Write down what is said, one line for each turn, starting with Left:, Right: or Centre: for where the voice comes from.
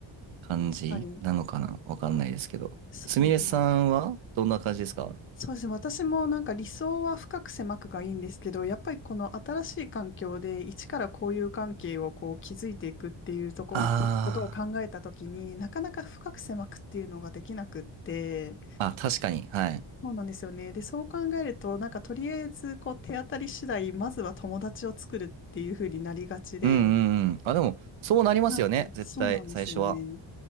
Right: 感じなのかなわかんないですけど。
Left: 確かに。そうですね。
Right: すみれさんはどんな感じですか
Left: そうですね。私もなんか理想は深く狭くがいいんですけど、やっぱりこの新しい環境で一から交友関係をこう築いていくっていうとこ、
Right: ああー。
Left: ことを考えたときになかなか深く狭くっていうのができなくって、
Right: あ、確かに。はい。
Left: そうなんですよね。で、そう考えるとなんかとりあえずこう手当たり次第、まずは友達を作るっていうふうになりがちで、
Right: うんうんうん。あ、でも、そうなりますよね。
Left: はい、
Right: 絶対、
Left: そうなんですよね。
Right: 最初は。